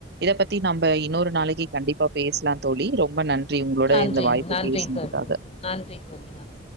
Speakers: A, on the right; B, on the left.
A: இத பத்தி நம்ப இன்னொரு நாளைக்கு கண்டிப்பா பேசலா தோழி ரொம்ப நன் றி உங்களோட
B: நன்றி
A: இந்த வாய்ப்பு
B: நன்றி
A: பேசுனதுக்காக
B: தோழி நன்றி தோழி நன்றி